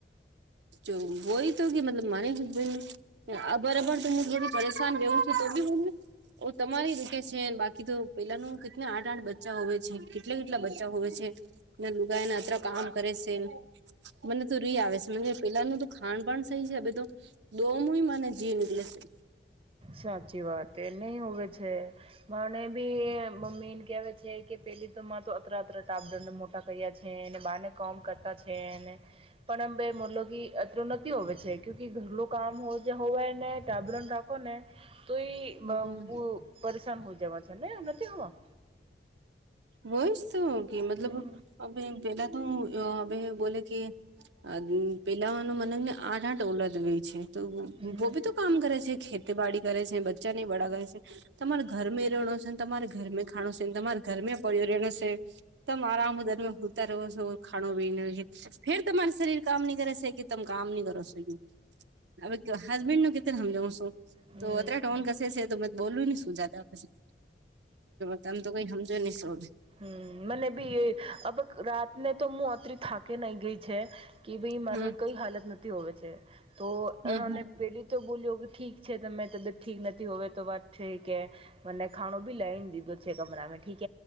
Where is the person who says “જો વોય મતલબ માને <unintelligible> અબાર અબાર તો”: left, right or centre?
Right